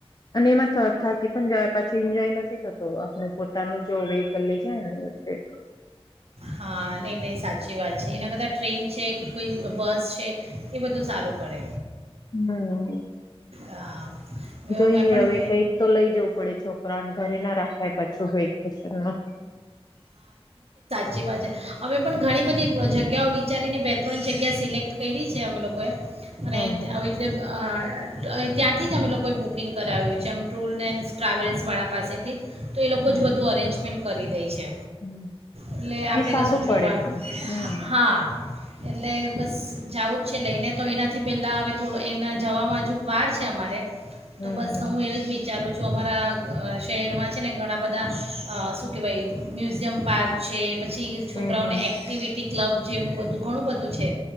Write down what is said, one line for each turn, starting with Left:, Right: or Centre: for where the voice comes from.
Left: અને એમાં થ થાકી પણ જવાય પાછું એન્જોય નથી થતો આપણું પોતાનું જો વેહિકલ લઈ જાયને એટલે
Right: હા નહીં નહીં સાચી વાત છે એના કરતા ટ્રેન છે કે કોઈ બસ છે એ બધું સારું પડે.
Left: હમ્મ.
Right: હા હવે
Left: જોઈએ
Right: હું મેં પણ
Left: હવે કઈક તો લઈ જવું પડે છોકરાને ઘરે ના રાખાય પાછું વેકેશનમાં.
Right: ચી વાત છે અમે પણ ઘણી બધી જગ્યાઓ વિચારીને બે ત્રણ જગ્યા સિલેક્ટ કયરી છે અમે લોકોએ અને
Left: હમ હમ
Right: આવી રીતે અ ત્યાંથી જ અમે લોકોએ બુકિંગ કરાવ્યું છે આમ ટૂર એન્ડ ટ્રાવેલ્સવાળા પાસેથી જ તો એ લોકો
Left: હમ
Right: જ બધું અરેન્જમેન્ટ કરી દેય છે
Left: હમ
Right: એટલે આપણે
Left: એ સારું
Right: કશું જોવાનું
Left: પડે પણ હમ
Right: હા. એટલે બસ જાવું જ છે લઈને તો એનાથી પેહલા હવે થોડો એના જવામ વાર છે અમારે
Left: હમ
Right: તો બસ હું એવ જ વિચારું છું તો અમારા શહેરમાં છે ને ઘણા બધા અ શું કહેવાય મ્યુઝિયમ પાર્ક છે. પછી છોકરાઓને
Left: હમ હમ
Right: એક્ટિવિટી ક ક્લબ જેવું બધું ઘણું બધું છે.